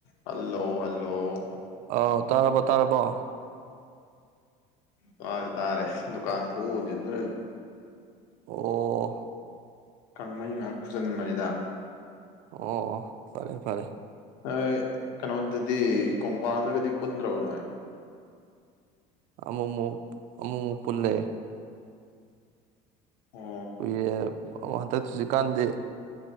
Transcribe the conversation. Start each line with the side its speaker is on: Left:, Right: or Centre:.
Left: hello hello
Right: ꯑ ꯇꯥꯔꯔꯕꯣ ꯇꯥꯔꯔꯕꯣ
Left: ꯇꯥꯔꯦ ꯇꯥꯔꯦ ꯗꯨꯀꯥꯟ ꯊꯣꯛꯎꯅꯦ ꯑꯗꯨꯅ
Right: ꯑꯣ
Left: ꯈꯪꯕꯩ ꯉꯥꯏꯍꯥꯛ ꯈꯨꯖꯤꯟ ꯃꯔꯤꯗ
Right: ꯑꯣ ꯐꯔꯦ ꯐꯔꯦ
Left: ꯍꯣꯏ ꯀꯩꯅꯣꯗꯗꯤ ꯀꯣꯡꯄꯜꯗꯒꯗꯤ ꯄꯨꯟꯗ꯭ꯔꯕꯅꯣ
Right: ꯑꯃꯨꯃꯨ ꯑꯃꯨꯨ ꯄꯨꯜꯂꯦ
Left: ꯑꯣ
Right: ꯎꯦ ꯑꯣ ꯍꯟꯗꯛ ꯆꯨꯖꯤꯛꯀꯥꯟꯗꯤ